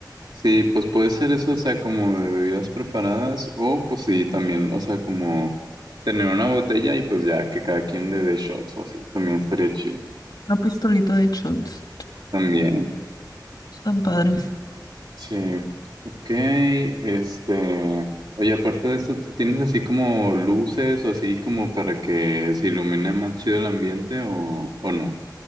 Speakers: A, on the right; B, on the left.
A: Sí, pues puede ser eso, o sea, como de bebidas preparadas o pues sí, también, o sea, como tener una botella y pues ya que cada quien le dé shots o así, también estaría chido.
B: una pistolita de shots.
A: También.
B: tan padres.
A: Sí, ok, este, oye, aparte de esto, ¿tú tienes así como luces o así como para que se ilumine más chido el ambiente o, o no?